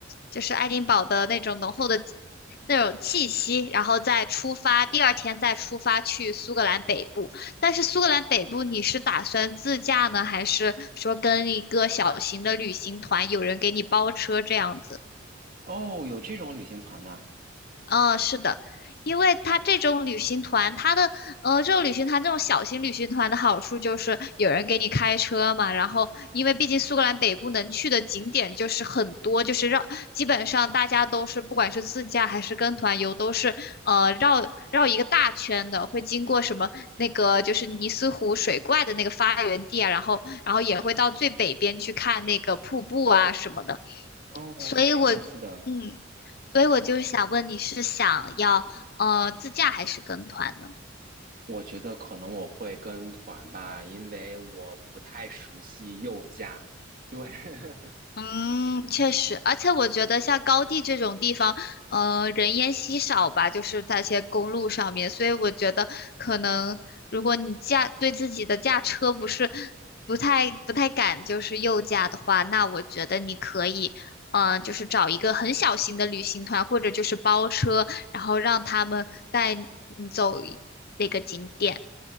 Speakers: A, on the left; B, on the right.
A: 就是爱丁堡的那种浓厚的那种气息，然后再出发，第二天再出发去苏格兰北部。但是苏格兰北部你是打算自驾呢，还是说跟一个小型的旅行团，有人给你包车这样子？
B: 哦，有这种旅行团呐。
A: 嗯，呃是的，因为它这种旅行团，它的呃这种旅行团这种小型旅行团的好处就是有人给你开车嘛，然后因为毕竟苏格兰北部能去的景点就是很多，就是绕，基本上大家都是不管是自驾还是跟团游，都是呃绕绕一个大圈的，会经过什么那个就是尼斯湖水怪的那个发源地啊，然后然后也会到最北边去看那个瀑布啊什么的。
B: 哦，
A: 所以我，
B: 是的，是的。
A: 嗯，所以我就是想问你是想要呃自驾还是跟团呢？
B: 我觉得可能我会跟团吧，因为我不太熟悉右驾。对，<laughs>
A: 嗯，确实，而且我觉得像高地这种地方，呃，人烟稀少吧，就是那些公路上面，所以我觉得可能如果你驾对自己的驾车不是不太不太敢，就是右驾的话，那我觉得你可以，嗯，就是找一个很小型的旅行团，或者就是包车，然后让他们带你走一那个景点。